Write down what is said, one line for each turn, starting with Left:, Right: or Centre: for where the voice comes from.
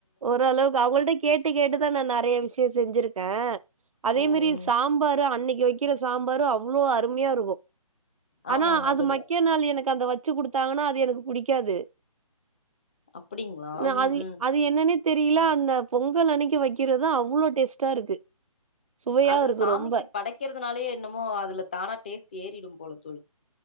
Right: ஓரளவுக்கு அவங்கள்ட கேட்டு கேட்டுதா நா நெறைய விஷய செஞ்சிருக் க அதே
Left: ம்
Right: மாரி
Left: ம்
Right: சாம்பார் அன்னைக் இ வைக்கிற சாம்பாரு அவ்ளோ அருமையா இருக்கு
Left: ஆமா
Right: ஆனா
Left: ஆமா
Right: அது
Left: தோழி
Right: மக்கியா நாள் எனக்கு அந்த வச்சு குடுத்தாங்கன்னா அது எனக்கு புடிக்காது
Left: அப்டிங்களா
Right: நா
Left: ம்
Right: அது
Left: ம்
Right: அது என்னன்னே தெரியல அந்த பொங்கல் அன்னைக்கி வைக்கிறதா அவ்ளோ டேஸ்ட்டா இருக்கு சுவையா
Left: அது
Right: இருக்கு
Left: சாமிக்கு
Right: ரொம்ப.
Left: படைக்கிறதுனாலயே என்னமோ அதுல தானா டேஸ்ட் ஏறிடும் போல தோழி